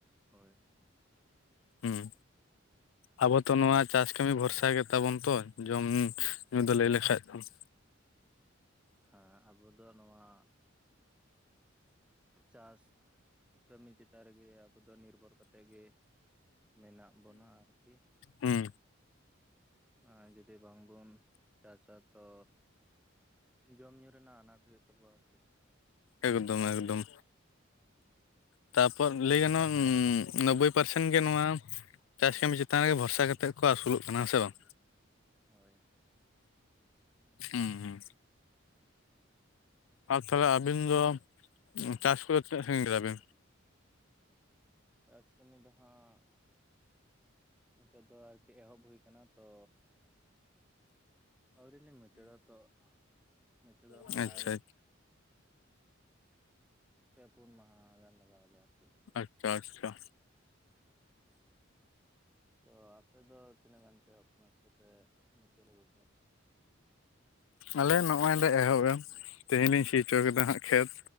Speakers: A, in the centre; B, on the left (about 80°).
A: ᱦᱳᱭ ᱾
B: ᱦᱩᱸ ᱾ ᱟᱵᱚ ᱛᱚ ᱱᱚᱣᱟ ᱪᱟᱥ ᱠᱟᱹᱢᱤ ᱵᱷᱚᱨᱥᱟ ᱜᱮ ᱛᱟᱵᱚᱱ ᱛᱚ ᱡᱚᱢ ᱧᱩ ᱫᱚ ᱞᱟᱹᱭ ᱞᱮᱠᱷᱟᱡ ᱫᱚ ᱾
A: ᱦᱮᱸ ᱟᱵᱚ ᱫᱚ ᱱᱚᱣᱟ ᱪᱟᱥ ᱠᱟᱹᱢᱤ ᱪᱮᱛᱟᱱ ᱨᱮᱜᱮ ᱟᱵᱚ ᱫᱚ ᱱᱤᱨᱵᱷᱚᱨ ᱠᱟᱛᱮᱫ ᱜᱮ ᱢᱮᱱᱟᱜ ᱵᱚᱱᱟ ᱟᱨᱠᱤ
B: ᱦᱮᱸ
A: ᱟᱨ ᱡᱩᱫᱤ ᱵᱟᱝᱵᱚᱱ ᱪᱟᱥᱟ ᱛᱚ ᱡᱚᱢ ᱧᱩ ᱨᱮᱱᱟᱜ ᱟᱱᱟᱴ ᱦᱩᱭᱩᱜ ᱛᱟᱵᱚᱣᱟ ᱟᱨᱠᱤ
B: ᱮᱠᱫᱚᱢ ᱮᱠᱫᱚᱢ ᱛᱟᱯᱚᱨ ᱞᱟᱹᱭ ᱜᱟᱱᱚᱜ-ᱟ ᱱᱳᱵᱵᱳᱭ ᱯᱟᱨᱥᱮᱱ ᱜᱮ ᱱᱚᱣᱟ ᱪᱟᱥ ᱠᱟᱹᱢᱤ ᱪᱮᱛᱟᱱ ᱨᱮᱜᱮ ᱵᱷᱚᱨᱥᱟ ᱠᱟᱛᱮᱫ ᱠᱚ ᱟᱹᱥᱩᱞᱚᱜ ᱠᱟᱱᱟ ᱥᱮ ᱵᱟᱝ
A: ᱦᱳᱭ
B: ᱦᱮᱸ ᱦᱮᱸ ᱟᱨ ᱛᱚᱵᱮ ᱟᱹᱵᱤᱱ ᱫᱚ ᱪᱟᱥ ᱠᱚᱫᱚ ᱛᱤᱱᱟᱹᱜ ᱥᱟᱺᱜᱤᱧ ᱠᱮᱫᱟ ᱵᱤᱱ
A: ᱪᱟᱥ ᱠᱟᱹᱢᱤ ᱫᱚ ᱦᱟᱸᱜ ᱱᱤᱛᱳᱜ ᱫᱚ ᱟᱨᱠᱤ ᱮᱦᱚᱵ ᱦᱩᱭ ᱟᱠᱟᱱᱟ ᱛᱚ ᱟᱹᱣᱨᱤ ᱞᱮ ᱢᱩᱪᱟᱹᱫᱟ ᱛᱚ ᱢᱩᱪᱟᱹᱫᱚᱜ ᱦᱟᱸᱜ
B: ᱦᱩᱸ ᱟᱪᱪᱷᱟ
A: ᱟᱨ
B: ᱟᱪᱷᱟ
A: ᱯᱮ ᱯᱩᱱ ᱢᱟᱦᱟ ᱜᱟᱱ ᱞᱟᱜᱟᱣᱟᱞᱮᱭᱟ ᱟᱨᱠᱤ
B: ᱟᱪᱪᱷᱟ ᱟᱪᱪᱷᱟ
A: ᱛᱚ ᱟᱯᱮ ᱫᱚ ᱛᱤᱱᱟᱹᱜ ᱜᱟᱱ ᱯᱮ ᱮᱦᱚᱵ ᱟᱠᱟᱱᱟ <inaudible> ᱥᱮᱯᱮ ᱢᱩᱪᱟᱹᱫ ᱟᱹᱜᱩ ᱠᱮᱜᱼᱟ ᱾
B: ᱟᱞᱮ ᱱᱚᱜᱼᱚᱭ ᱞᱮ ᱮᱦᱚᱵᱟ ᱛᱮᱦᱤᱧ ᱤᱧ ᱥᱤ ᱦᱚᱪᱚ ᱠᱮᱫᱟ ᱦᱟᱸᱜ ᱠᱷᱮᱛ